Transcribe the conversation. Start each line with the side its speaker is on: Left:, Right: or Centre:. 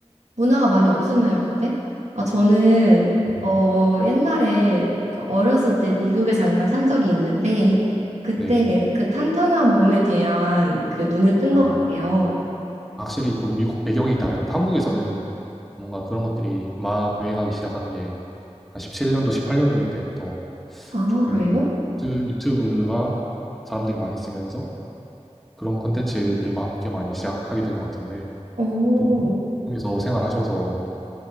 Right: 문화가 많이 없었나요, 그때? 아, 저는
Centre: 네.
Right: 어, 옛날에 그 어렸을 때 미국에 잠깐 산 적이 있는데 그때
Centre: 네.
Right: 그 탄탄한 몸에 대한 그 눈을 뜬
Centre: 아,
Right: 것 같아요.
Centre: 확실히 또 미국 배경이 다르니까, 한국에서는 뭔가 그런 것들이 막 유행하기 시작한 게, 한 17년도, 18년도 이때부터
Right: 아,
Centre: 조금
Right: 그래요?
Centre: 유튜- 유튜브가 사람들이 많이 쓰면서 그런 콘텐츠들과 함께 많이 시작하게 된 것 같은데
Right: 어,
Centre: 또 미국에서 생활하셔서